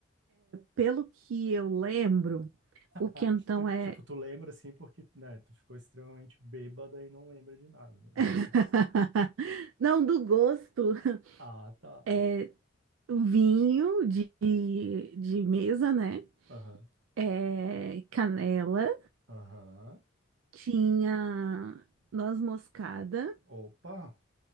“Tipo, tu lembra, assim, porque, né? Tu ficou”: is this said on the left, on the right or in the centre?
Right